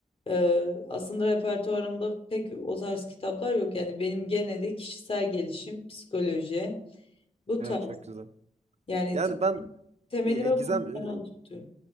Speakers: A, on the left; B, on the right.
A: e, aslında repertuarımda pek o tarz kitaplar yok. Yani benim geneli kişisel gelişim, psikoloji bu tarz
B: Evet çok güzel.
A: yani
B: Yani
A: te-
B: ben
A: temelime
B: E, e, Gizem
A: bunları
B: e,
A: oturtuyorum.